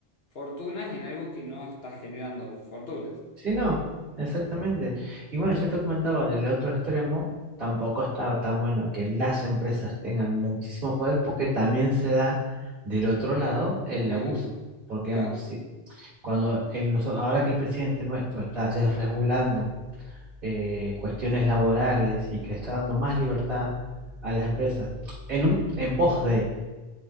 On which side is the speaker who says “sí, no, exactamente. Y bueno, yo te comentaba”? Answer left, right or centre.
Right